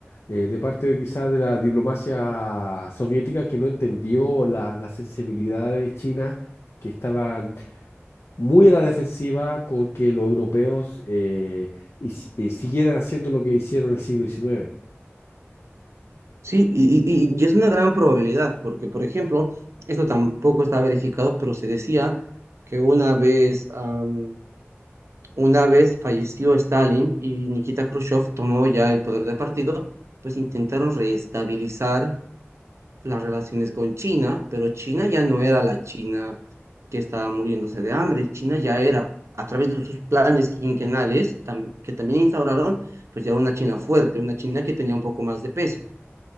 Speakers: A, on the left (about 65°); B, on the right (about 80°).
A: eh, de parte de quizás de la diplomacia soviética que no entendió la- las sensibilidades chinas que estaban muy a la defensiva con que los europeos eh, his- eh, siguieran haciendo lo que hicieron en el siglo XIX.
B: Sí, y, y- y- y es una gran probabilidad, porque, por ejemplo, esto tampoco está verificado, pero se decía que una vez, am, una vez falleció Stalin y Nikita Khrushchev tomó ya el poder del partido, pues intentaron reestabilizar las relaciones con China, pero China ya no era la China que estaba muriéndose de hambre, China ya era, a través de sus planes quinquenales, tam- que también instauraron, pues ya era una China fuerte, una China que tenía un poco más de peso.